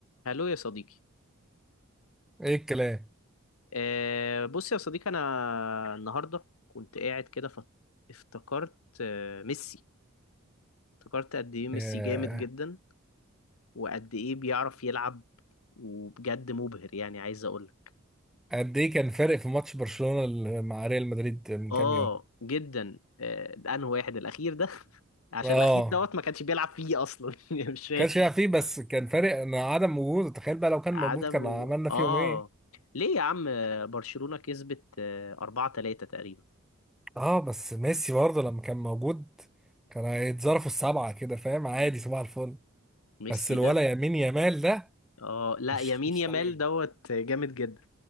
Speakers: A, on the left; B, in the centre.
A: هلو يا صديقي
B: ايه الكلام
A: أه بص يا صديقي انا النهارده كنت قاعد كده فت- افتكرت آه، ميسي افتكرت قد ايه ميسي
B: ياه.
A: جامد جدا وقد ايه بيعرف يلعب وبجد مبهر يعني عايز اقول لك
B: قد ايه كان فارق في ماتش برشلونة مع ريال مدريد من
A: اه
B: كام يوم
A: جدا آه، ده انه واحد الاخير ده <laughs> عشان
B: اه
A: الاخير دوت ما كانش بيلعب فيه اصلا <laughs> يعني مش فاهم
B: ما كانش يلعب فيه بس كان فارق ان عدم وجوده تخيل بقى لو كان
A: عدم
B: موجود كان
A: و...
B: عملنا
A: اه
B: فيهم ايه
A: ليه يا عم آه، برشلونة كسبت 4 3 تقريبا
B: اه بس ميسي برضه لما كان موجود كان هيتظرفوا السبعة كده فاهم عادي صباح الفل
A: ميسي
B: بس الولا
A: ده
B: يمين يمال ده
A: اه لا
B: مش
A: يمين
B: مش
A: يامال
B: طبيعي
A: دوت جامد جدا